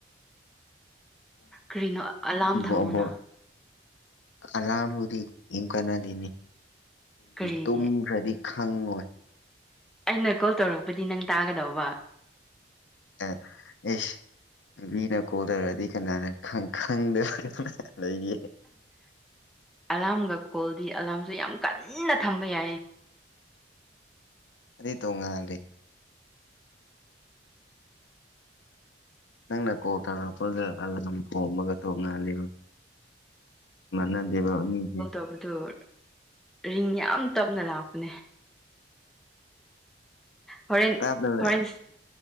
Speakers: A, in the centre; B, on the left.
A: ꯀꯔꯤꯅꯣ ꯑꯂꯥꯔꯝ ꯊꯝꯃꯣꯅ
B: ꯑꯣ ꯀꯥꯅꯕꯨꯗꯤ ꯀꯅꯥꯗ‌ꯦꯅ‌ꯦ
A: ꯀꯔꯤꯒꯤ
B: ꯇꯨꯝꯗ꯭ꯔꯗꯤ ꯈꯪꯉꯣꯏ
A: ꯑꯩꯅ ꯀꯣꯜ ꯇꯧꯔꯛꯄꯗꯤ ꯅꯪ ꯇꯥꯒꯗꯧꯕ
B: ꯑꯦ ꯑꯩꯁ ꯃꯤꯅ ꯀꯣꯜ ꯇꯧꯔꯛꯑꯗꯤ ꯀꯅꯥꯅ ꯈꯪꯗꯕ ꯂꯩꯒꯦ
A: ꯑꯂꯥꯝꯒ ꯀꯣꯜꯗꯤ ꯑꯂꯥꯝꯁꯨ ꯌꯥꯝ ꯀꯟꯅ ꯊꯝꯕ ꯌꯥꯏꯌꯦ
B: ꯑꯗꯨꯗꯤ ꯇꯣꯡꯉꯥꯟꯂꯦ ꯅꯪꯅ ꯀꯣꯜ ꯇꯧꯔꯛꯄꯒ ꯑꯂꯥꯔꯝ ꯈꯣꯡꯕꯒ ꯇꯣꯡꯉꯥꯜꯂꯤꯕ ꯃꯥꯅꯗꯦꯕ ꯃꯤꯗꯤ
A: ꯇꯕꯗꯣ ꯔꯤꯡ ꯌꯥꯝ ꯇꯞꯅ ꯂꯥꯛꯄꯅꯦ ꯍꯣꯔꯦꯟ
B: ꯇꯥꯞꯅ
A: ꯍꯣꯔꯦꯟ